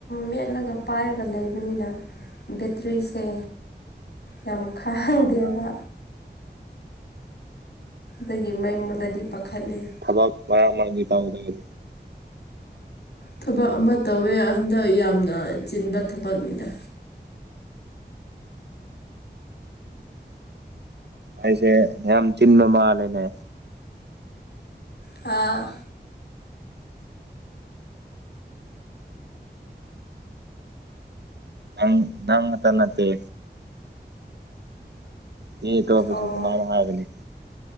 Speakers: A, on the left; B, on the right.
A: ꯃꯦꯠꯂꯒ ꯄꯥꯏꯔꯒ ꯂꯩꯕꯅꯤꯅ꯫ ꯕꯦꯇ꯭ꯔꯤꯁꯦ ꯌꯥꯝ ꯈꯥꯡꯗꯦꯕ꯫
B: ꯑꯥ
A: ꯗꯨꯒꯤ ꯃꯩ ꯃꯨꯠꯂꯗꯤ ꯄꯥꯈꯠꯂꯦ꯫
B: ꯊꯕꯥꯛ ꯃꯔꯥꯡ ꯃꯥꯡꯗꯦ ꯇꯧꯗ <unintelligible>
A: ꯊꯕꯛ ꯑꯃ ꯇꯧꯋꯦ ꯍꯟꯗꯛ ꯌꯥꯝꯅ ꯆꯤꯟꯕ ꯊꯕꯛꯅꯤꯗ꯫
B: ꯑꯥꯢꯁꯦ ꯌꯥꯝ ꯆꯤꯟꯕ ꯃꯥꯜꯂꯦꯅꯦ꯫
A: ꯍꯥꯥ꯫
B: ꯅꯪ ꯅꯪ ꯒꯇ ꯅꯠꯇꯦ꯫ ꯇꯤ ꯇꯣꯄꯁꯨ
A: ꯑꯣ
B: ꯁꯨꯃꯥꯏꯅ ꯍꯥꯏꯕꯅꯦ꯫